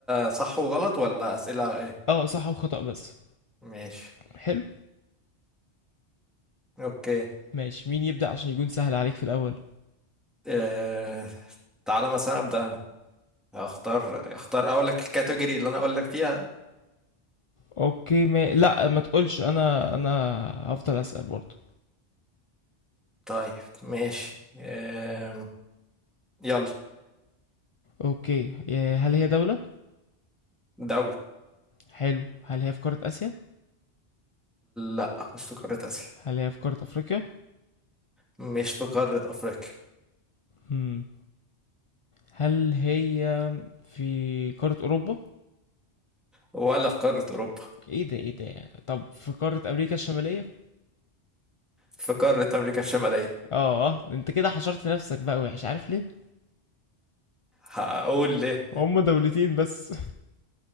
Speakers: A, in the centre; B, on the left.
A: صح وغلط ولا اسئله ايه
B: أه صح وخطأ بس
A: ماشي
B: حلو
A: اوكي
B: ماشي مين يبدأ عشان يكون سهل عليك في الأول
A: اه... تعالى مثلا ابدا انا اختار اختار اقول لك الكاتيجوري اللي انا اقول لك فيها
B: اوكي ما... لا ما تقولش انا انا هفضل أسأل برضه
A: طيب ماشي اه... يلا
B: اوكي يا- هل هي دولة
A: دوله
B: حلو هل هي في قارة آسيا
A: لا مش في قاره اسيا
B: هل هي في قارة أفريقيا
A: مش في قاره افريقيا
B: هم. هل هي في قارة أوروبا
A: ولا في قاره اوروبا
B: ايه ده ايه ده طب في قارة أمريكا الشمالية
A: في قارة أمريكا الشمالية
B: اه آه، انت كده حشرت نفسك بقى وحش عارف ليه
A: هقول ليه
B: هما دولتين بس